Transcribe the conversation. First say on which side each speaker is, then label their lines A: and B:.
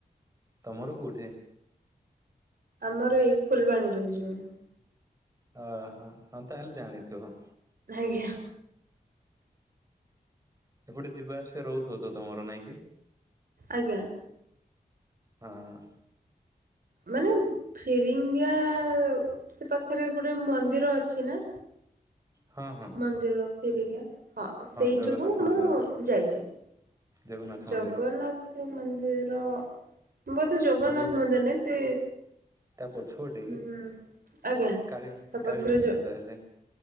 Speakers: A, on the right; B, on the right.
A: ତୁମର ଘର କେଉଁଠି?
B: ଆମର ଏଇ ଫୁଲବାଣୀ ରହୁଛି ମୁଁ।
A: ଓହୋ ହଁ ତାହେଲେ ଜାଣିଥିବ।
B: ଆଜ୍ଞା।
A: ଏପଟେ ଯିବା ଆସିବା ରହୁଥିବତ ତମର ନାଇଁ କିି?
B: ଆଜ୍ଞା।
A: ହଁ।
B: ମାନେ ଫିରିଙ୍ଗା ସେ ପାଖରେ ଗୋଟେ ମନ୍ଦିର ଅଛି ନା?
A: ହଁ ହଁ।
B: ମନ୍ଦିର ଫେରିକି ହଁ ସେଇଠିକୁ
A: ଜଗନ୍ନାଥ
B: ମୁଁ
A: ମନ୍ଦିର
B: ଯାଇଛି।
A: ଜଗନ୍ନାଥ
B: ଜଗନ୍ନାଥ
A: ମନ୍ଦିର।
B: ମନ୍ଦିର ବୋଧେ ଜଗନ୍ନାଥ
A: ଆଉ
B: ମନ୍ଦିର ନାଇଁ ସେ
A: ତା ପଛପଟେ
B: ହୁଁ
A: କି
B: ଆଜ୍ଞା
A: କାଳୀ
B: ତାପଛରେ
A: କାଳୀ ମନ୍ଦିର
B: ଯୋଉ
A: ତାହେଲେ